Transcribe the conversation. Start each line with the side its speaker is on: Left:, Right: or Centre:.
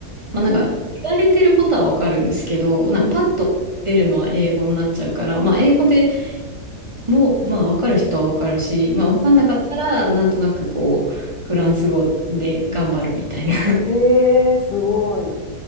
Right: まあなんか言われてることはわかるんですけど、
Left: あ、そう。
Right: なんかパッと出るのは英語になっちゃうから、
Left: うん。
Right: まあ英語でも、まあ、わかる人はわかるし、まあ、わかんなかったら、
Left: うん。
Right: なんとなくこう、フランス語で頑張るみたいな。
Left: ええすごい。